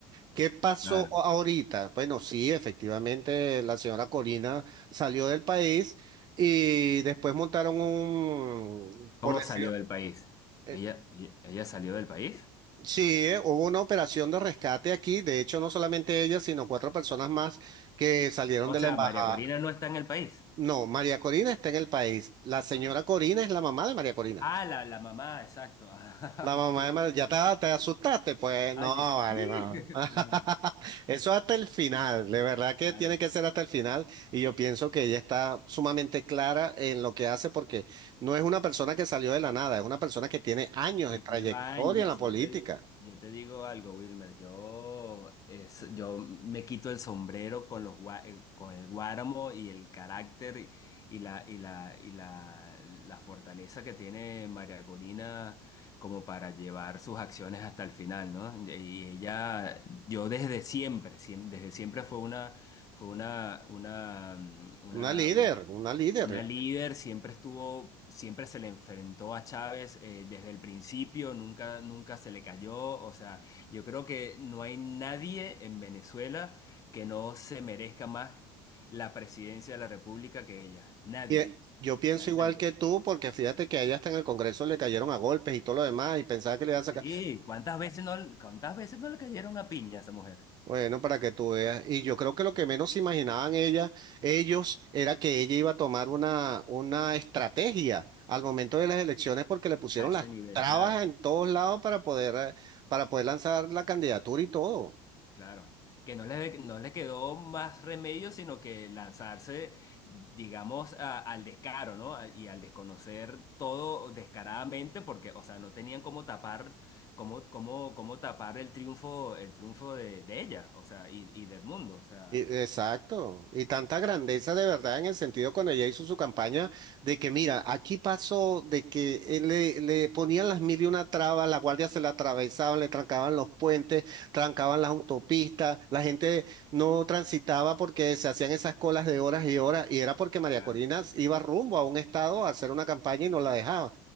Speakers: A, on the right; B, on the left.
A: ¿Qué pasó
B: claro.
A: ahorita? Bueno, sí, efectivamente, la señora Corina salió del país y después montaron un,
B: ¿Cómo
A: por decir,
B: salió del país?
A: eh,
B: ¿Ella, ella salió del país?
A: sí, eh, hubo una operación de rescate aquí. De hecho, no solamente ella, sino cuatro personas más que salieron
B: O
A: de
B: sea,
A: la embajada.
B: María Corina no está en el país.
A: No, María Corina está en el país. La señora
B: Ajá.
A: Corina es la mamá de María Corina.
B: Ah, la, la mamá, exacto. Ajá,
A: La
B: <laughs>
A: mamá
B: ok.
A: de Mar- ya te, te asustaste, pues
B: Ay,
A: no, vale,
B: ¿qué? <laughs>
A: no. <laughs>
B: Ajá,
A: Eso hasta el final, de verdad que
B: claro.
A: tiene que ser hasta el final y yo pienso que ella está sumamente clara en lo que hace porque no es una persona que salió de la nada, es una persona que tiene años
B: que
A: de trayectoria
B: lleva años.
A: en la política,
B: Yo te, yo te digo algo, Wilmer. Yo, es, yo me quito el sombrero con los, gua- eh, con el Guáramo y el carácter y, y la, y la, y la, la fortaleza que tiene María Corina como para llevar sus acciones hasta el final, ¿no? Y ella, yo desde siempre, siem- desde siempre fue una, fue una, una, una,
A: una líder,
B: una
A: una líder.
B: una líder siempre estuvo, siempre se le enfrentó a Chávez eh, desde el principio, nunca, nunca se le cayó. O sea, yo creo que no hay nadie en Venezuela que no se merezca más la presidencia de la República que ella. Nadie.
A: Y eh, yo pienso
B: O sea, nadie.
A: igual que tú porque fíjate que a ella hasta en el Congreso le cayeron a golpes y todo lo demás y pensaba que le iban a sacar.
B: Sí, ¿cuántas veces no, cuántas veces no le cayeron a piña a esa mujer?
A: Bueno, para que tú veas. Y yo creo que lo que menos se imaginaban ella, ellos era que ella iba a tomar una, una estrategia al momento de las elecciones porque le pusieron
B: A ese
A: las
B: nivel,
A: trabas
B: claro.
A: en todos lados para poder, eh, para poder lanzar la candidatura y todo.
B: Claro, que no le, no le quedó más remedio sino que lanzarse, digamos, a- al descaro, ¿no? A- Y al desconocer todo descaradamente, porque, o sea, no tenían cómo tapar, cómo, cómo, cómo tapar el triunfo, el triunfo de, de ella, o sea, y, y de Edmundo, o sea,
A: Y- Exacto, y tanta grandeza de verdad en el sentido cuando ella hizo su campaña de que mira, aquí pasó de que eh, le, le ponían las mil y una trabas, la guardia se la atravesaban, le trancaban los puentes, trancaban las autopistas, la gente no transitaba porque se hacían esas colas de horas y horas y era porque María
B: claro.
A: Corina iba rumbo a un estado a hacer una campaña y no la dejaba.